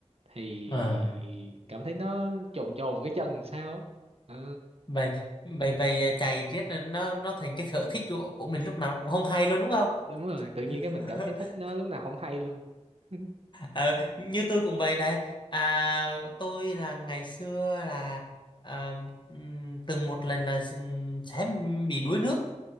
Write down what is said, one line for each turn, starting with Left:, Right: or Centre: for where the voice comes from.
Right: thì
Left: à.
Right: cảm thấy nó trồn trồn cái chân sao á Ờ,
Left: vậy vậy vậy chạy riết là nó nó thành cái sở thích của, của mình lúc nào cũng không hay luôn đúng không
Right: đúng rồi tự nhiên cái
Left: <laughs>
Right: mình cảm thấy thích nó lúc nào không hay luôn <laughs>
Left: Ờ, như tôi cũng vậy này à tôi là ngày xưa là à, ừm, từng một lần là s- sẽ bị đuối nước